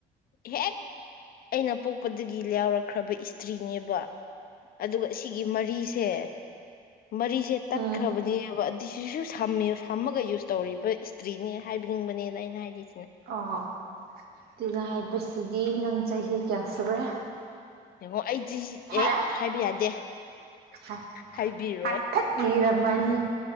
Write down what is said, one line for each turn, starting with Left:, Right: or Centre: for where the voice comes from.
Left: ꯍꯦꯛ ꯑꯩꯅ ꯄꯣꯛꯄꯗꯒꯤ ꯂꯌꯥꯎꯔꯛꯈ꯭ꯔꯕ ꯏꯁꯇ꯭ꯔꯤꯅꯦꯕ꯫ ꯑꯗꯨꯒ ꯁꯤꯒꯤ ꯃꯔꯤꯁꯦ ꯃꯔꯤꯁꯦ ꯇꯠꯈ꯭ꯔꯕꯅꯦꯕ꯫
Right: ꯎꯝ
Left: ꯇꯤꯁꯤꯁꯨ ꯁꯝꯃꯦ ꯁꯝꯃꯒ ꯌꯨꯁ ꯇꯧꯔꯤꯕ ꯏꯁꯇ꯭ꯔꯤꯅꯦ ꯍꯥꯏꯕꯤꯅꯤꯡꯕꯅꯦꯗ ꯑꯩꯅ ꯍꯥꯏꯗꯤ꯫
Right: ꯑꯣ <inaudible> ꯍꯥꯏꯕꯁ ꯁꯤꯗꯤ ꯅꯪ ꯆꯍꯤ ꯀꯌꯥ ꯁꯨꯔꯦ
Left: ꯌꯦꯡꯉꯣ ꯑꯩꯗꯤ
Right: ꯐꯔꯦ
Left: ꯍꯦꯛ ꯍꯥꯏꯕ ꯌꯥꯗꯦ꯫
Right: ꯍꯥꯏ
Left: ꯍꯥꯏꯕꯤꯔꯣꯏ
Right: ꯍꯥꯏꯊꯠꯂꯤꯔꯝ ꯃꯅꯤ꯫